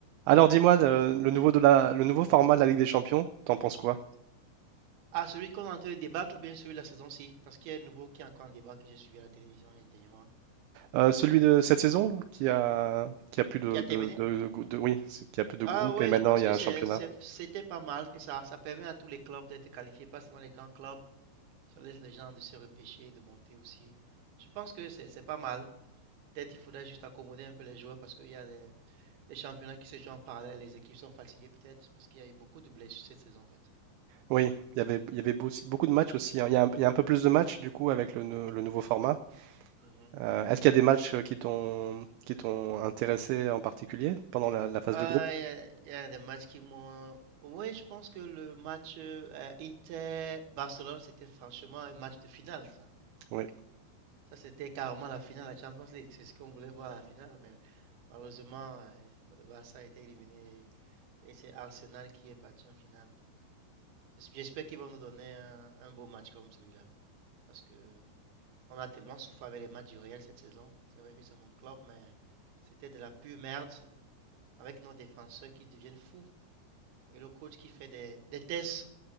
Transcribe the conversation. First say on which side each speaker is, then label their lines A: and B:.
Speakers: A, on the right; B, on the right.
A: Alors dis-moi, euh, le nouveau de la, le nouveau format de la Ligue des Champions, t'en penses quoi?
B: Ah, celui qu'on est en train de débattre ou bien celui de la saison-ci? Parce qu'il y a un nouveau qui est encore en débat que j'ai suivi à la télévision dernièrement.
A: Euh, celui de cette saison qui a, qui a plus de,
B: Qui a terminé?
A: de, de- de- de- oui, c'est- qui a plus de groupes
B: Ah ouais,
A: et maintenant
B: je pense
A: il
B: que
A: y a un
B: c'est,
A: championnat.
B: c'est- c'était pas mal, que ça, ça permet à tous les clubs d'être qualifiés, pas seulement les grands clubs. Ça laisse les gens de se repêcher, de monter aussi. Je pense que c'est, c'est pas mal. Peut-être il faudrait juste accommoder un peu les joueurs parce qu'il y a des, des championnats qui se jouent en parallèle, les équipes sont fatiguées peut-être parce qu'il y a eu beaucoup de blessures cette saison en fait.
A: Oui, il y avait, il y avait beau- beaucoup de matchs aussi. hein. Il y a un, il y a un peu plus de matchs du coup avec le, nou- le nouveau format.
B: Mhm.
A: Euh, est-ce qu'il y a des matchs euh, qui t'ont, qui t'ont intéressé en particulier pendant la, la phase
B: Ah,
A: de groupe?
B: il y a, il y a des matchs qui m'ont. Oui, je pense que le match euh, Inter-Barcelone, c'était franchement un match de finale, ça.
A: Oui.
B: Ça, c'était carrément la finale de la Champions League. C'est ce qu'on voulait voir à la finale, mais malheureusement, euh, le Barça a été éliminé et c'est Arsenal qui est parti en finale. Donc, j'es- j'espère qu'ils vont nous donner un, un beau match comme celui-là, parce que on a tellement souffert avec les matchs du Real cette saison. C'est vrai que c'est mon club, mais c'était de la pure merde avec nos défenseurs qui deviennent fous. Et le coach qui fait des, des tests,